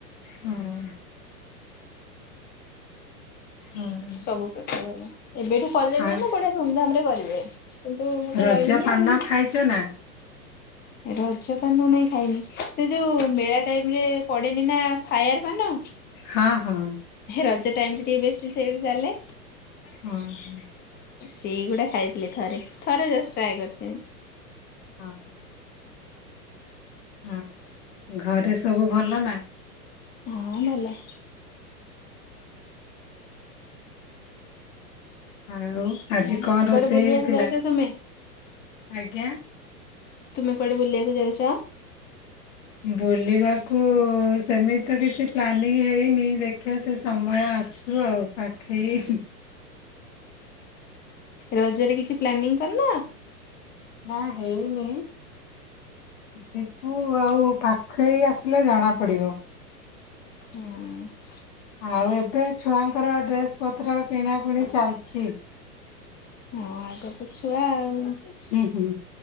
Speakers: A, on the left (about 50°); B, on the left (about 20°).
A: ହୁଁ। ହୁଁ।
B: ସବୁ ପ୍ରକାରର ଏବେଠୁ କଲେଣି
A: ଆଉ
B: ମାନେ ବଢିଆ ଧୁମଧାମ ରେ କରିବେ। କିନ୍ତୁ ମୁଁ ତ
A: ରଜ
B: ରହିବିନି
A: ପାନ
B: ଆଉ।
A: ଖାଇଛୁ ନା?
B: ରଜ ପାନ ନାଇଁ ଖାଇନି ସେ ଯୋଉ ମେଳା ଟାଇମ ରେ ପଡେନି ନା ଫାୟାର ପାନ
A: ହଁ ହଁ।
B: ହେ ରଜ ଟାଇମ ରେ ଟିକେ ବେଶୀ ସେଇ ଚାଲେ।
A: ହଁ ହ।
B: ସେଇଗୁଡା ଖାଇଥିଲି ଥରେ। ଥରେ ଜଷ୍ଟ ଟ୍ରାଏ କରିଥିଲି।
A: ହଁ। ହଁ ଘରେ ସବୁ ଭଲ ନା?
B: ହଁ ଭଲ।
A: ଆଉ? ଆଜି
B: ହଁ
A: କଣ ରୋଷେଇ
B: କୁଆଡେ ବୁଲିବାକୁ
A: ହେଇଥିଲା?
B: ଯାଉଛ ତୁମେ
A: ଆଜ୍ଞା?
B: ତୁମେ କୁଆଡେ ବୁଲିବାକୁ ଯାଉଚ?
A: ବୁଲିବାକୁ ସେମିତି ତ କିଛି ପ୍ଲାନିଂ ହେଇନି। ଦେଖିବା ସେ ସମୟ ଆସ ଉ ଆଉ ପାଖେଇ
B: ରଜରେ କିଛି ପ୍ଲାନିଂ କରିନ?
A: ନା ହେଇନି। ଜିବୁ ଆଉ ପାଖେଇ ଆସିଲେ ଜଣାପଡ଼ିବ।
B: ହଁ
A: ଆଉ ଏବେ ଛୁଆଙ୍କର ଡ୍ରେସ ପତ୍ର କିଣାକୁଣି ଚାଲିଚି।
B: ହଁ ଆଗ ତ ଛୁଆ ଆଉ।
A: ହୁଁ ହୁଁ